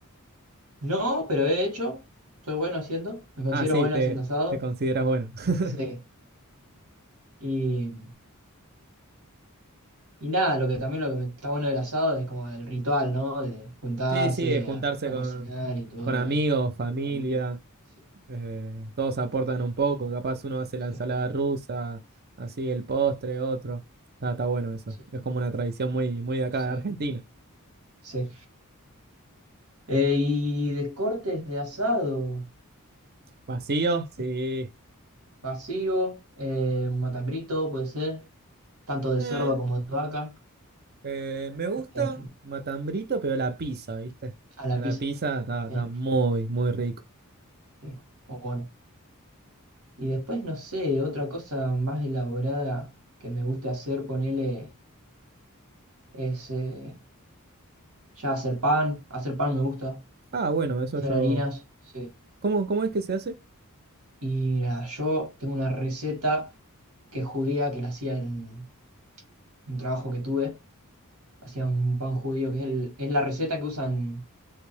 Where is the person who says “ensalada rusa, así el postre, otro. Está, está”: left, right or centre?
Right